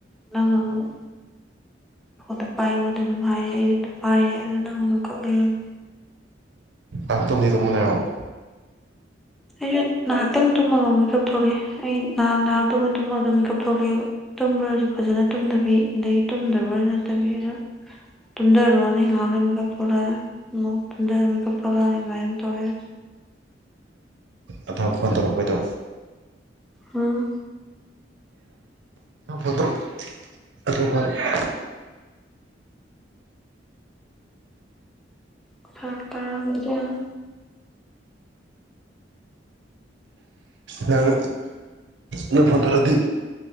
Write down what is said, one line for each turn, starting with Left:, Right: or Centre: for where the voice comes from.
Centre: ꯅꯪ ꯑꯃꯨꯛ ꯐꯣꯟꯗꯣ ꯄꯥꯏꯌꯣ ꯑꯗꯨꯅ ꯗꯨꯝ ꯍꯥꯏꯔꯦ ꯑꯩꯖꯨ ꯑꯗꯨꯝ ꯄꯥꯏꯔꯦ ꯑꯗꯨ ꯅꯪ ꯑꯗꯨꯝ ꯀꯛꯂꯩꯔꯝꯃꯤ
Right: ꯑ ꯇꯨꯝꯗꯤ ꯇꯨꯝ ꯂꯩꯔꯝꯕꯥ
Centre: ꯑꯩꯖꯨ ꯅꯥꯍꯥꯛꯇꯪ ꯇꯨꯝꯃꯒ ꯃꯤꯀꯞ ꯊꯣꯛꯂꯛꯑꯦ ꯑꯩ ꯉꯍꯥꯛ ꯉꯍꯥꯛ ꯇꯨꯝꯃ ꯇꯨꯝꯃꯒ ꯃꯤꯀꯞ ꯊꯣꯛꯂꯛꯑꯦꯕ ꯇꯨꯝꯕ꯭ꯔꯁꯨ ꯐꯖꯅ ꯇꯨꯝꯗꯕꯤ ꯑꯗꯒꯤ ꯇꯨꯝꯗꯕ꯭ꯔꯁꯨ ꯅꯠꯇꯕꯤ ꯑꯗꯨ꯫ ꯇꯝꯗꯔꯣꯅꯤ ꯉꯩꯍꯛ ꯂꯩꯔꯥ ꯅꯤꯀꯞ ꯊꯣꯛꯂꯛ ꯑꯅꯤ꯫ ꯑꯃꯨꯛ ꯇꯨꯝꯊꯔꯥ ꯃꯤꯠꯀꯞ ꯊꯣꯔꯛꯅꯤ ꯑꯗꯨꯅ ꯑꯗꯨꯝ ꯇꯧꯔꯥ ꯂꯩꯔꯦ꯫
Right: ꯑꯗꯣ ꯐꯣꯟ ꯇꯧꯔꯛꯄ ꯒꯤꯗꯣ꯫
Centre: ꯎꯝ꯫
Right: ꯐꯠꯇꯔ ꯑꯗꯨ ꯃꯥꯔꯦ <unintelligible>
Centre: ꯈꯤꯇꯥꯪ ꯐꯥ <unintelligible>
Right: ꯅꯪ ꯅꯣꯢ ꯐꯟ ꯇꯔꯥꯗꯤ꯫